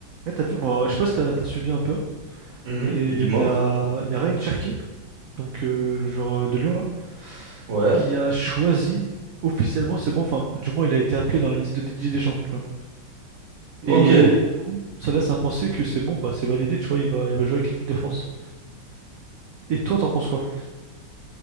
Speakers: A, on the right; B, on the right.
A: Eh, t'as vu, moi, je sais pas si t'as t'as suivi un peu,
B: Mhm,
A: mais
B: dis-moi.
A: il y a, il y a Ryan Cherki, donc euh, le joueur euh, de Lyon là,
B: Ouais.
A: qui a choisi officiellement, c'est bon, enfin, du moins il a été appelé dans la liste de Didier Deschamps, tu vois.
B: Ok.
A: Et, et du coup, ça laisse à penser que c'est bon, bah c'est validé, tu vois, il va, il va jouer avec l'équipe de France. Et toi, t'en penses quoi?